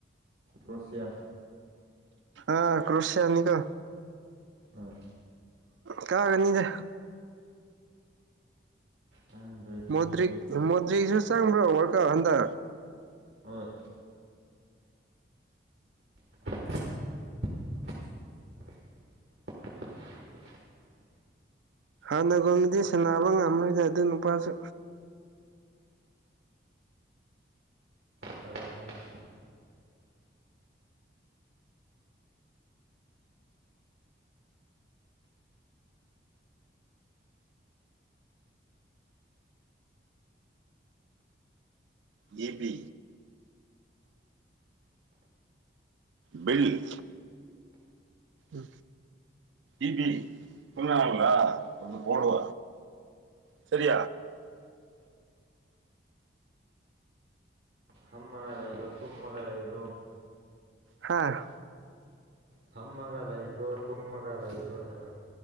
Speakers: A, on the right (about 65°); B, on the right (about 80°).
A: ꯔ꯭ꯔꯣꯁꯤꯌꯥ
B: ꯑ ꯀ꯭ꯔꯣꯁꯌꯥꯅꯤꯒ
A: ꯎꯝ
B: ꯀꯛꯑꯒꯅꯤꯁꯦ
A: ꯈꯪꯗ꯭ꯔꯦ ꯈꯪꯗ꯭ꯔꯦ
B: ꯃꯨꯗ꯭ꯔꯤꯛ ꯃꯣꯏꯗ꯭ꯔꯤꯛꯁꯨ ꯆꯝ꯭ꯔ ꯑꯣꯏꯔꯀ ꯍꯟꯗ
A: ꯑꯣꯏ <unintelligible> <unintelligible>
B: ꯍꯥꯟꯅꯒꯣꯗꯤ ꯁꯥꯟꯅꯕ ꯉꯝꯃꯔꯣꯏꯗ ꯑꯗꯨ ꯅꯨꯄꯥꯁꯨ
A: ꯑꯣꯏꯔꯅꯤ
B: ꯌꯦꯕꯤ ꯕꯜꯂꯤ ꯎ ꯏ ꯄꯤ ꯈꯨꯟꯅꯉꯪꯂ ꯑꯗꯨ ꯄꯑꯣ ꯁꯔꯤ
A: ꯐꯝꯃꯒ ꯂꯩꯕ꯭ꯔꯣ ꯇꯨꯝꯃꯒ ꯂꯩꯕ꯭ꯔꯣ
B: ꯍꯥꯥ
A: ꯐꯝꯃꯒ ꯂꯩꯕ꯭ꯔꯣ ꯇꯨꯝꯃꯒ ꯂꯩꯕ꯭ꯔꯣ ꯍꯥꯏꯕ